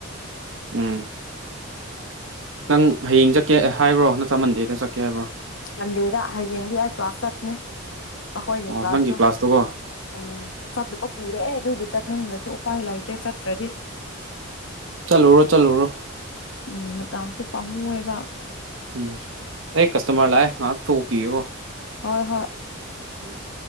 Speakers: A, on the right; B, on the left.
A: ꯎꯝ ꯅꯪ ꯍꯌꯦꯡ ꯆꯠꯀꯦ ꯍꯥꯏꯕ꯭ꯔꯣ ꯅꯠꯇ ꯃꯟꯗꯦꯗ ꯆꯠꯀꯦ ꯍꯥꯏꯕ꯭ꯔꯣ
B: ꯃꯟꯗꯦꯗ ꯍꯌꯦꯡꯒꯤ ꯑꯩ ꯀ꯭ꯂꯥꯁ ꯆꯠꯀꯅꯤ ꯑꯈꯣꯏꯒꯤ
A: ꯑꯣ
B: ꯀ꯭ꯂꯥꯁꯇꯣ
A: ꯅꯪꯒꯤ ꯀ꯭ꯂꯥꯁꯇꯨꯀꯣ
B: ꯎꯝ ꯆꯠꯇꯕ ꯀꯨꯏꯔꯦ ꯑꯗꯨꯒꯤꯗꯤ ꯆꯠꯅꯤꯡꯗꯔ꯭ꯁꯨ ꯎꯄꯥꯏ ꯂꯩꯇꯦ ꯆꯠꯇ꯭ꯔꯗꯤ
A: ꯆꯜꯂꯨꯔꯣ ꯆꯂꯨꯨꯔꯣ
B: ꯎꯝ ꯃꯇꯝꯁꯨ ꯄꯥꯝꯃꯨꯑꯦꯕ
A: ꯎꯝ ꯑꯩ ꯀꯁꯇꯃꯔ ꯂꯥꯛꯑꯦ ꯉꯥꯛ ꯊꯣꯛꯎꯀꯤ <unintelligible>
B: ꯍꯣꯏ ꯍꯣꯏ
A: ꯎꯝ